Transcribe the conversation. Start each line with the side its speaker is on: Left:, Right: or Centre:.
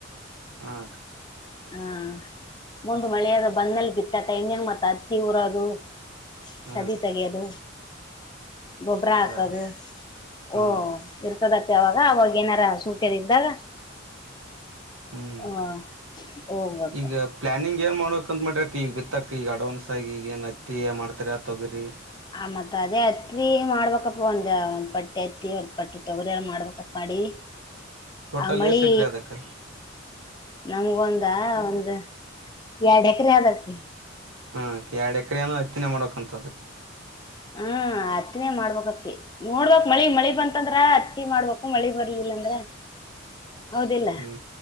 Right: ಹಾಂ ಅಕ್ಕ.
Left: ಹಾಂ ಮುಂದ್ ಮಳೆಯಾದ ಬಂದ್ಮೇಲೆ ಬಿತ್ತಟೈಯಾ ಮತ್ತ ಅತ್ತಿ ಹೊರಾದು.
Right: ಹಾ
Left: ಸದಿ
Right: ಅಕ್ಕ
Left: ತಗಿಯದು ಗೊಬ್ಬ್ರಾ
Right: ಮುಂದಾದ
Left: ಹಾಕದು
Right: ಹಾ
Left: ಓ.
Right: ಅಕ್ಕ
Left: ಇರ್ತದತಿ ಅವಾಗ ಅವಾಗ ಏನಾರ ಸೂಟ್ಯದ ಇದ್ದಾಗ
Right: ಹ್ಮ್
Left: ಹಾ
Right: ಅಕ್ಕ
Left: ಹೋಗ್ಬೇಕಾ.
Right: ಈಗ ಪ್ಲಾನಿಂಗ್ ಏನ್ ಮಾಡ್ಬೇಕ್ ಅಂತ್ ಮಾಡ್ರಕ್ಕಿ ಈಗ್ ಬಿತ್ತಕ್ ಈಗ್ ಅಡ್ವಾನ್ಸ್ ಆಗಿ ಈಗ್ ಏನ್ ಅತ್ತಿ ಮಾಡ್ತಿರಾ ತೊಗ್ರಿ.
Left: ಆ ಮತ್ತ ಅದೇ ಹತ್ತಿ ಮಾಡ್ಬೇಕಪ್ಪ ಒಂದ ಒಂದ್ ಪಟ್ಟಿ ಹತ್ತಿ ಒಂದ್ ಪಟ್ ತೊಗರಿ ಎಲ್ಲಾ ಮಾಡ್ಬೇಕಪ್ಪ ಮಾಡಿ
Right: ಟೋಟಲ್
Left: ಅಮಳಿ
Right: ಎಸ್ ಎಕರೆ ಅದಕ್ಕ
Left: ನಮ್ಗ ಒಂದ ಒಂದ್ ಎರಡ್ ಎಕರೆ ಅದ್ ಅಪ್ಪಿ.
Right: ಹಾಂ ಅಕ್ಕ ಎರಡ್ ಎಕರೆೇನು ಹತ್ತಿನೆ ಮಾಡಕ್ ಅಂತದ್ರಿ.
Left: ಹಾಂ ಹತ್ತಿನೆ ಮಾಡ್ಬೇಕ್ ಅಪ್ಪಿ. ನೋಡ್ಬೇಕ್ ಮಳಿ ಮಳಿ ಬಂತಂದ್ರ ಅತ್ತಿ ಮಾಡ್ಬೇಕು ಮಳಿ ಬರ್ಲಿಲ್ಲ ಅಂದ್ರ ಹೌದಿಲ್ಲ
Right: ಹ್ಮ್